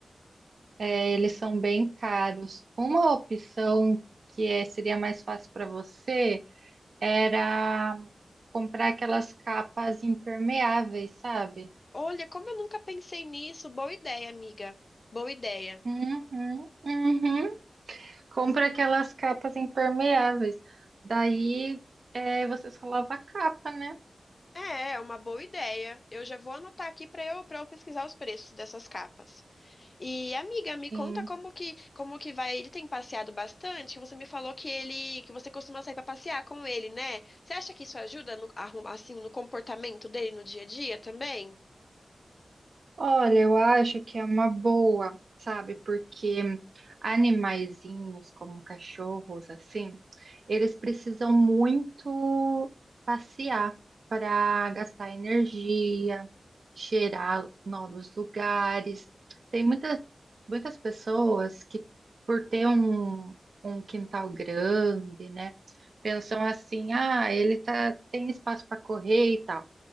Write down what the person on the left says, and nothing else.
Olha, como eu nunca pensei nisso, boa ideia, amiga. Boa ideia.
É, é uma boa ideia. Eu já vou anotar aqui para eu, para eu pesquisar os preços dessas capas. E amiga, me
conta como que, como que vai? Ele tem passeado bastante? Que Você me falou que ele, que você costuma sair para passear com ele, né? Você acha que isso ajuda no, arrum- assim, no comportamento dele no dia a dia também?